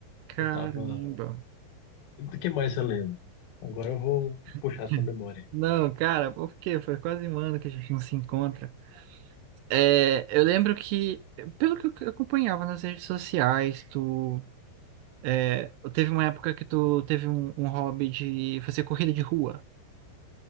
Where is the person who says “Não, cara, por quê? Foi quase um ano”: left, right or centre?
Right